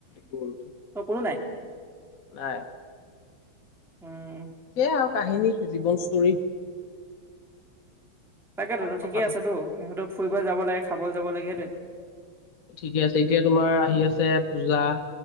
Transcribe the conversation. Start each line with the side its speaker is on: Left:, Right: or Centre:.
Left: গ'ল উঠি,
Centre: অ কোনো নাই
Left: নাই।
Centre: উম।
Left: সেয়াই আৰু কাহিনী জীৱন স্তৰী।
Centre: তাকেটো
Left: কথাটো
Centre: ঠিকে আছেটো সিহঁতেও ফুৰিবলৈ যাব লাগে, খাবলৈ যাব লাগে সেইটোৱে।
Left: ঠিকে আছে এতিয়া, তোমাৰ আহি আছে পূজা।